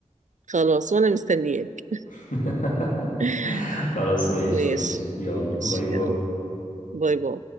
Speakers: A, on the right (about 70°); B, on the left (about 85°).
A: خلاص وانا مستنياك
B: <laughs>
A: <laughs>
B: <laughs> خلاص ماشي
A: ماشي
B: ماشي يلا
A: ماشي
B: باي باي
A: يلا باي باي